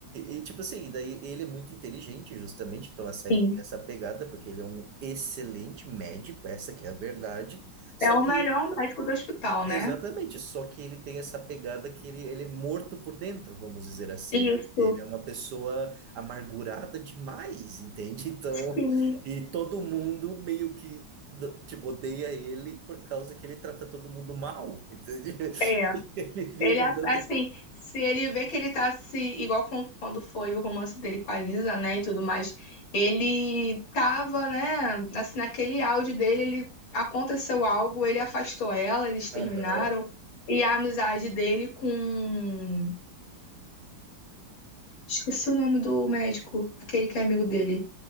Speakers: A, on the right (about 65°); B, on the left (about 75°).
A: e, e, tipo assim, daí ele é muito inteligente, justamente, então a série
B: Sim.
A: tem essa pegada, porque ele é um excelente médico, essa que é a verdade. Só
B: É o
A: que,
B: melhor médico do hospital,
A: exatamente,
B: né?
A: só que ele tem essa pegada que ele, ele é morto por dentro, vamos dizer assim. né?
B: Isso,
A: Ele é uma pessoa amargurada demais, entende? <laughs> Então,
B: sim,
A: e todo mundo meio que, d- tipo, odeia ele por causa que ele trata todo mundo mal, entende?
B: é.
A: <laughs> Ele vive
B: Ele,
A: dando
B: assim, se ele vê que ele tá se. Igual com, quando foi o romance dele com a Lisa, né, e tudo mais. Ele tava, né, assim, naquele auge dele, ele aconteceu algo, ele afastou ela, eles terminaram.
A: Aham.
B: E a amizade dele com. Esqueci o nome do médico, aquele que é amigo dele.